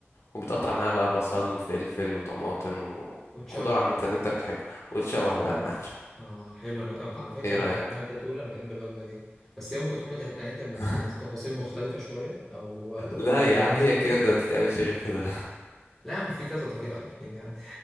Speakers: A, on the left; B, in the centre.
A: وبتقطع معاها بقى بصل وفلفل وطماطم
B: وتشوح
A: وخضار عامة
B: بقى
A: اللي انت بتحبه وتشوح بقى يا معلم
B: اه حلو انا بقى على فكره
A: ايه رأيك؟
B: من غير ما انت تقول انا بحب الوجبه دي بس هي ممكن تكون بتاع... يعني انت بتحط
A: <laughs>
B: تفاصيل مختلفه شويه او اضافات
A: لا
B: مختلفه
A: يا عم
B: شويه
A: هي كده ما تتعملش غير كده
B: لا يا عم في كذا طريقه اكيد يعني